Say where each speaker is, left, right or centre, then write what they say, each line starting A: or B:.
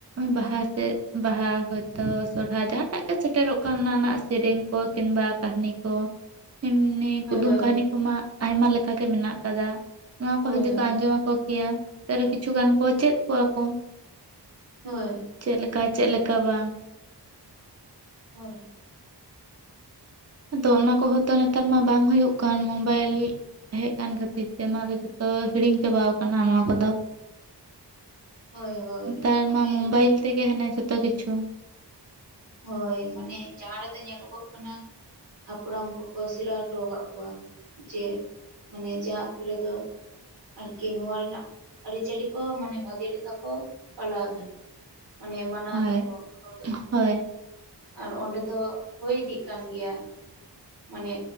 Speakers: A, on the right; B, on the right.
A: ᱵᱟᱦᱟ ᱥᱮ ᱵᱟᱦᱟ ᱦᱚᱭᱛᱚ ᱥᱚᱨ ᱡᱟᱦᱟᱴᱟᱜ ᱜᱮ ᱥᱮᱴᱮᱨᱚᱜ ᱠᱟᱱ ᱚᱱᱟ ᱨᱮᱱᱟᱜ ᱥᱮᱨᱮᱧ ᱠᱚ ᱠᱤᱢᱵᱟ ᱠᱟᱹᱦᱱᱤ ᱠᱚ ᱮᱢᱱᱤ
B: ᱦᱳᱭ
A: ᱠᱩᱫᱩᱢ
B: ᱦᱳᱭ
A: ᱠᱟᱹᱦᱱᱤ ᱠᱚᱢᱟ ᱟᱭᱢᱟ ᱞᱮᱠᱟ ᱜᱮ ᱢᱮᱱᱟᱜ ᱠᱟᱫᱟ ᱱᱚᱣᱟ
B: ᱦᱳᱭ
A: ᱠᱚ ᱡᱩᱫᱤ
B: ᱦᱳᱭ
A: ᱠᱚ ᱟᱸᱡᱚᱢ ᱟᱠᱚ ᱠᱮᱭᱟ ᱛᱟᱹᱨᱮ ᱠᱤᱪᱷᱩ ᱜᱟᱱ ᱠᱚ ᱪᱮᱫ ᱠᱚᱣᱟ ᱠᱚ
B: ᱦᱳᱭ
A: ᱪᱮᱫ ᱞᱮᱠᱟ ᱪᱮᱫ ᱞᱮᱠᱟ ᱵᱟᱝ
B: ᱦᱳᱭ
A: ᱟᱫᱚ ᱚᱱᱟ ᱠᱚᱦᱚᱸ ᱛᱚ ᱱᱮᱛᱟᱨ ᱢᱟ ᱵᱟᱝ ᱦᱩᱭᱩᱜ ᱠᱟᱱ ᱢᱳᱵᱟᱭᱤᱞ ᱦᱮᱡ ᱠᱟᱱ ᱠᱷᱟᱹᱛᱤᱨ ᱛᱮ ᱱᱚᱶᱟ ᱫᱚ ᱡᱷᱚᱛᱚ ᱦᱤᱲᱤᱧ ᱪᱟᱵᱟᱣ ᱠᱟᱱᱟ ᱱᱚᱣᱟ ᱠᱚᱫᱚ
B: ᱦᱳᱭ ᱦᱳᱭ ᱦᱳᱭ ᱦᱳᱭ
A: ᱱᱮᱛᱟᱨ
B: ᱢᱟᱱᱮ
A: ᱢᱟ ᱢᱳᱵᱟᱭᱤᱞ ᱛᱮᱜᱮ ᱦᱟᱱᱮ ᱡᱚᱛᱚ ᱠᱤᱪᱷᱩ᱾
B: ᱦᱳᱭ ᱢᱟᱱᱮ ᱡᱟᱦᱟᱸ ᱨᱮᱫᱚ ᱧᱮᱞᱚᱜᱚᱜ ᱠᱟᱱᱟ ᱦᱟᱯᱲᱟᱢ ᱠᱚᱠᱚ ᱥᱮᱲᱟ ᱦᱚᱴᱚ ᱟᱠᱟᱫ ᱠᱚᱣᱟ ᱡᱮ ᱢᱟᱱᱮ ᱡᱟᱦᱟᱸ ᱟᱛᱳ ᱨᱮᱫᱚ ᱟᱨᱠᱤ ᱱᱚᱣᱟ ᱨᱮᱱᱟᱜ ᱟᱹᱨᱤᱪᱟᱹᱞᱤ ᱠᱚ ᱢᱟᱱᱮ ᱵᱷᱟᱜᱮ ᱞᱮᱠᱟ ᱠᱚ ᱯᱟᱞᱟᱣ ᱮᱫᱟ᱾ ᱢᱟᱱᱮ ᱢᱟᱱᱟᱣ
A: ᱦᱳᱭ
B: ᱫᱟᱠᱚ ᱜᱩᱞᱹᱣ ᱫᱟᱠᱚ
A: ᱦᱳᱭ
B: ᱟᱨ ᱚᱸᱰᱮ ᱫᱚ ᱦᱩᱭ ᱤᱫᱤᱜ ᱠᱟᱱ ᱜᱮᱭᱟ᱾ ᱢᱟᱱᱮ